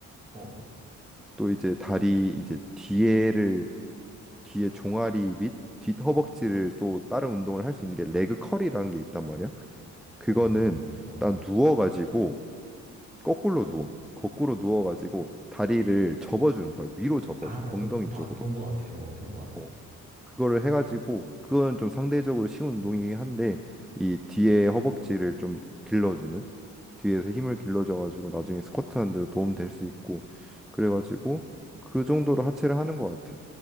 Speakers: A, on the right; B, in the centre.
A: 어, 어,
B: 또 이제 다리 이제 뒤에를 뒤에 종아리 및 뒷허벅지를 또 다른 운동을 할 수 있는 게 레그 컬이라는 게 있단 말이야. 그거는
A: 어, 그건 뭐야? 어.
B: 딱 누워가지고 거꾸로 누워. 거꾸로 누워가지고 다리를 접어주는 거야. 위로 접어줘.
A: 아, 나
B: 엉덩이
A: 그거
B: 쪽으로.
A: 본 거 같아. 어, 본 거 같아.
B: 어. 그거를 해가지고 그건 좀 상대적으로 쉬운 운동이긴 한데 이 뒤에 허벅지를 좀 길러주는 뒤에서 힘을 길러줘가지고 나중에 스쿼트 하는 데도 도움 될 수 있고 그래가지고 그 정도로 하체를 하는 것 같아.